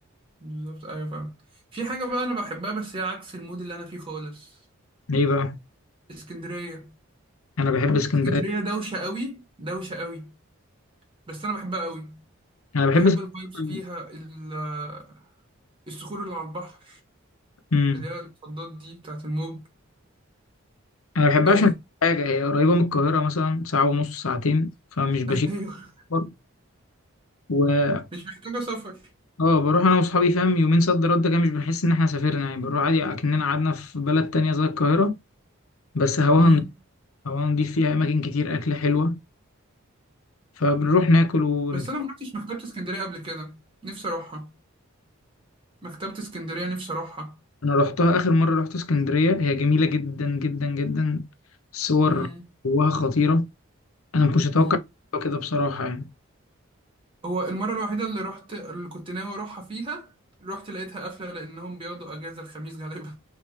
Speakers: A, on the right (about 25°); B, on the left (about 80°).
A: بالظبط ايوه فاهم في حاجه بقى انا بحبها بس هي عكس المود اللي انا فيه خالص
B: ليه بقى
A: اسكندريه
B: انا بحب اسكندريه
A: اسكندريه دوشه قوي دوشه قوي بس انا بحبها قوي
B: انا بحب
A: نحب
B: اسكندريه
A: الفايبس فيها ال- الصخور اللي على البحر
B: امم
A: اللي هي الصدات دي بتاعت الموج
B: انا بحبها
A: إيه.
B: عشان حاجه هي قريبه من القاهره مثلا ساعه ونص ساعتين فمش بشيل
A: ايوه <laughs>
B: سفر. و
A: مش محتاجة سفر
B: اه بروح انا واصحابي فاهم يومين صد رد كده مش بنحس ان احنا سافرنا يعني بنروح عادي اكننا قعدنا في بلد تانية زي القاهره بس هواها
A: مم.
B: نضيف- هواها نضيف فيها اماكن كتير اكل حلوه فبنروح ناكل ونتفق
A: بس انا ما رحتش مكتبة اسكندرية قبل كده نفسي اروحها مكتبة اسكندرية نفسي اروحها
B: انا رحتها اخر مره رحت اسكندريه هي جميله جدا جدا جدا الصور
A: مم.
B: جواها خطيره انا ما كنتش اتوقع
A: مم.
B: كده بصراحه يعني
A: هو المرة الوحيدة اللي رحت اللي كنت ناوي اروحها فيها رحت لقيتها قافلة لانهم بياخدوا اجازة الخميس غالبا